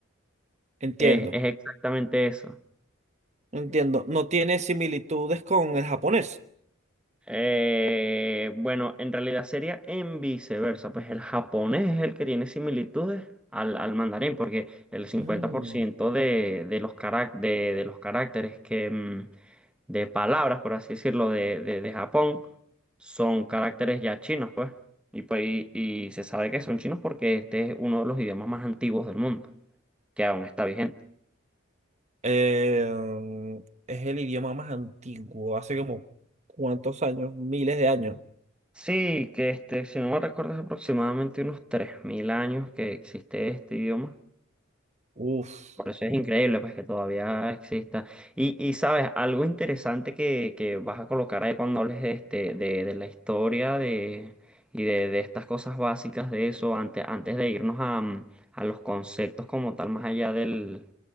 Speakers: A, on the right; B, in the centre.
A: entiendo,
B: Es, es exactamente eso.
A: entiendo. No tiene similitudes con el japonés.
B: Eh, bueno, en realidad sería en viceversa, pues el japonés es el que tiene similitudes al, al mandarín, porque el cincuenta
A: Mm,
B: por ciento de, de los carac- de, de los caracteres que, mm, de palabras, por así decirlo, de, de, de Japón son caracteres ya chinos, pues. Y, pues, y, y se sabe que son chinos porque este es uno de los idiomas más antiguos del mundo, que aún está vigente.
A: eh, es el idioma más antiguo, hace como cuántos años, miles de años.
B: Sí, que este, si no me recuerdo, es aproximadamente unos 3.000 años que existe este idioma.
A: Uf,
B: Por eso es increíble, pues, que todavía exista. Y, y sabes, algo interesante que, que vas a colocar ahí cuando hables de, este, de, de la historia de, y de, de estas cosas básicas de eso, antes, antes de irnos a, mm, a los conceptos como tal, más allá del,